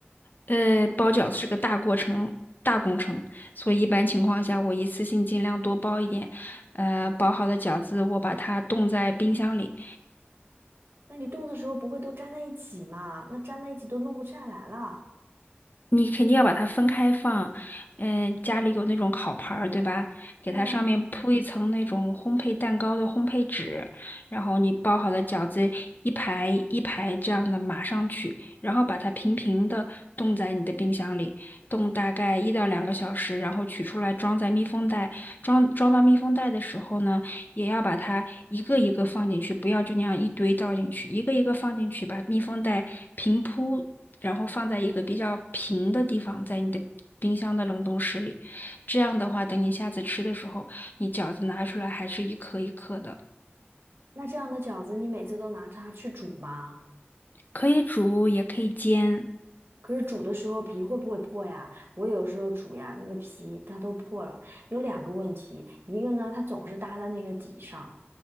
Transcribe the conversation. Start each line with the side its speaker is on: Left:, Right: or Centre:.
Left: 呃，包饺子是个大过程，大工程，所以一般情况下，我一次性尽量多包一点。呃，包好的饺子我把它冻在冰箱里。
Right: 那你冻的时候不会都粘在一起吗？那粘在一起都弄不下来了。
Left: 你肯定要把它分开放，嗯，家里有那种烤盘儿，对吧？给它上面铺一层那种烘焙蛋糕的烘焙纸，
Right: 对呀，
Left: 然后你包好的饺子一排一排这样的码上去，然后把它平平的冻在你的冰箱里，冻大概一到两个小时，然后取出来装在密封袋，装装到密封袋的时候呢，也要把它一个一个放进去，不要就那样一堆倒进去，一个一个放进去，把密封袋平铺。然后放在一个比较平的地方，在你的冰箱的冷冻室里。这样的话，等你下次吃的时候，你饺子拿出来还是一颗一颗的，
Right: 那这样的饺子你每次都拿它去煮吗？
Left: 可以煮，也可以煎。
Right: 可是煮的时候皮会不会破呀？我有时候煮呀，那个皮它都破了。有两个问题，一个呢，它总是搭在那个底上；